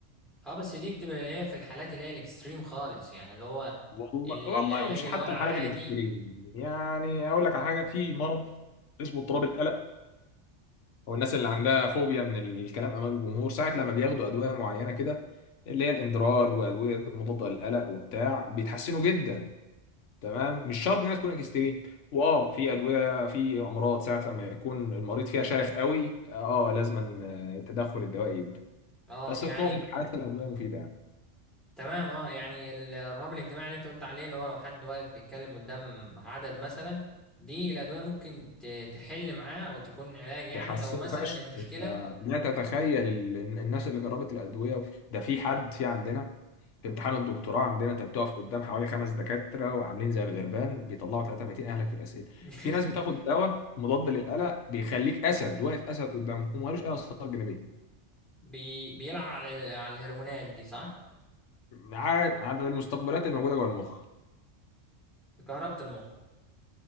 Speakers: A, in the centre; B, on the left.
A: اه بس دي بتبقى اللي هي في الحالات اللي هي الاكستريم خالص يعني اللي هو
B: والله
A: ال-
B: والله
A: العلاج
B: ومش
A: اللي
B: حتى
A: هو العادي
B: الحالات الاكستريم يعني اقول لك على حاجه في مرض اسمه اضطراب القلق او الناس اللي عندها فوبيا من الكلام امام الجمهور ساعه لما بياخدوا ادويه معينه كده اللي هي الاندرال وادويه مضاده للقلق وبتاع بيتحسنوا جدا تمام مش شرط انها تكون اكستريم واه في ادويه في امراض ساعه لما يكون المريض فيها شارخ قوي اه لازما التدخل الدوائي يبدا
A: اه
B: بس
A: يعني
B: في معظم الحالات الادويه مفيده يعني.
A: تمام اه يعني ال- الرهاب الاجتماعي اللي انت قلت عليه اللي هو لو حد واقف بيتكلم قدام عدد مثلا دي الادويه ممكن ت- تحل معاه او تكون علاج يعني
B: بيحسنوا
A: لو مثلا
B: فشخ
A: المشكله
B: انت لا تتخيل ال- الناس اللي جربت الادويه ده في حد في عندنا في امتحان الدكتوراه عندنا انت بتقف قدام حوالي خمس دكاتره وعاملين زي الغربان بيطلعوا 300 اهلك في الاسئله
A: <laughs>
B: في ناس بتاخد دواء مضاد للقلق بيخليك اسد واقف اسد قدامهم ومالوش اي اثار جانبيه
A: بي بيلعب على ال- على الهرمونات دي صح
B: على على المستقبلات الموجوده جوه المخ
A: كهربة المخ